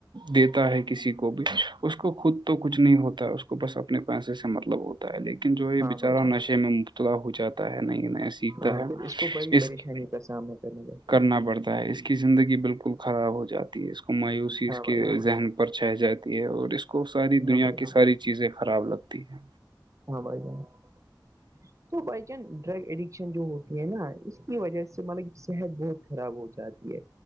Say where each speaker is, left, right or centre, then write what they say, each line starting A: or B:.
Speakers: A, on the right; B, on the right.
A: دیتا ہے کہ کسی کو بھی اس کو خود تو کچھ نہیں ہوتا ہے اس کو بس اپنے پیسے سے مطلب ہوتا ہے لیکن جو یہ
B: ہاں
A: بیچارا
B: بھائی
A: نشے
B: جان
A: میں مبتلا ہو جاتا ہے نہیں نئے سیکھتا
B: ہاں
A: ہے
B: پھر اس کو بڑی
A: اس
B: پریشانی
A: کی
B: کا سامنا کرنا پڑتا
A: کرنا
B: ہے
A: پڑتا ہے اس کی کی زندگی بالکل خراب ہو جاتی ہے اس کو مایوسی اس
B: ہاں
A: کے
B: بھائی جان
A: ذہن پر چہ جاتی ہے اور اس کو اس کو ساری دنیا
B: ہاں بھائی
A: کی
B: جان
A: ساری چیزیں خراب لگتی ہے
B: ہاں بھائی ج تو بائی چانس ڈرگ ایڈکشن جو ہوتی ہے نا اس کی وجہ سے مطلب صحت بہت خراب ہو جاتی ہے